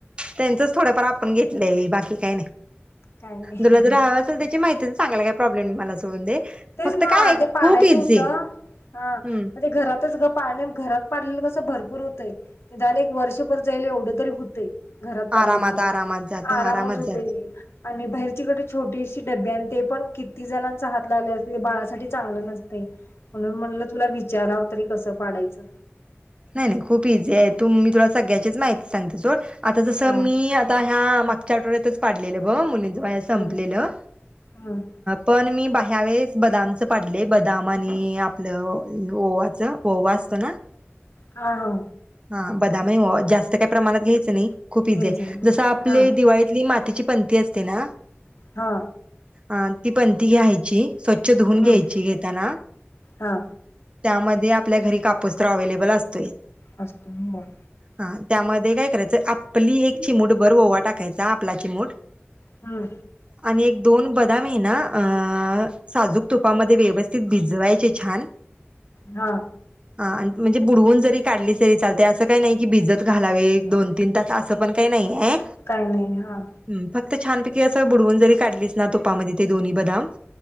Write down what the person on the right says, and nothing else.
त्यांचच थोडफार आपण घेतलंय बाकी काही नाही
तुला जर हावं असेल त्याची माहिती सांगायला काय प्रॉब्लेम नाही मला सोडून दे
फक्त
काय
खूप इझी
हम्म
आरामात
आरामात जात
जात
नाही नाही खूप इझी आहे तू मी तुला सगळ्याचीच माहिती सांगते सोड आता जसं
मी आता ह्या मागच्या आठवड्यातच पाडलेलं ब मुलींचं बाया संपलेलं
पण मी बाह्या वेळेस बदामचं पाडले बदाम आणि आपलं ओवाचं- ओवा असंतो ना
हा बदामही ओवा जास्त काही प्रमाणात घ्यायचं नाही. खूप
इझी आहे
जसं आपले
दिवाळीतली मातीची पणती असते ना
हा ती पणती घ्यायची स्वच्छ धुऊून
घ्यायची घेताना-
त्यामध्ये आपल्या घरी कापूस तर अवलेबल असतोय
हा त्यामध्ये काय करायचं आपली एक चिमूट भर ओवा टाकायचा आपला चिमूट
आणि एक दोन बदाम आहे ना अं साजूक तुपामध्ये व्यवस्थित भिजवायचे छान
हा अंन् म्हणजे बुडवून जरी काढलीस तरी चालतेय असं काही नाही की भिजत घालावे एक- दोन, तीन तास असं पण काही नाही आहे
हम्म फक्त छानपैकी असं बुडवून जरी काढलिस ना तुपामदे ते दोनी बदाम-